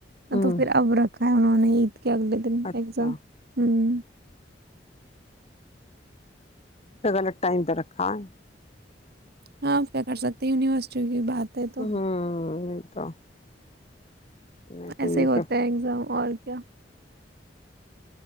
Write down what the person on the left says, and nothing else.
ہوں
اچھا
الگ الگ ٹائم پہ رکھا ہے
<inaudible>
<inaudible> نہیں
تو یہ
کیا